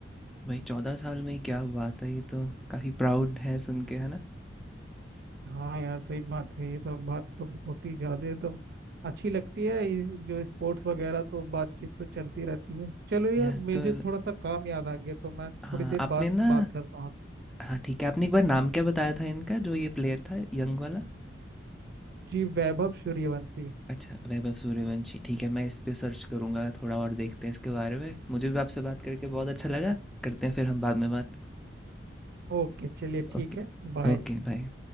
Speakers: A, in the centre; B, on the right.
A: भाई चौदह साल में ही क्या बात है ये तो काफी प्राउड है सुन के है ना
B: हाँ यार सही बात है ये सब बात तो बहुत ही ज्यादा एकदम अच्छी लगती है ये जो स्पोर्ट्स वगैरह तो बातचीत तो चलती रहती है चलो यार
A: यह
B: मुझे
A: तो
B: थोड़ा सा काम याद आ गया तो मैं
A: हाँ
B: थोड़ी देर
A: आपने
B: बाद
A: ना
B: बात करता हूँ आपसे।
A: हाँ ठीक है आपने एक बार नाम क्या बताया था इनका जो ये प्लेयर था यंग वाला
B: जी वैभव सूर्यवंशी
A: अच्छा वैभव सूर्यवंशी ठीक है मैं इस पे सर्च करूंगा थोड़ा और देखते हैं इसके बारे में मुझे भी आपसे बात करके बहुत अच्छा लगा करते हैं फिर हम बाद में बात
B: ओके चलिए ठीक
A: ओके
B: है बाय
A: Okay bye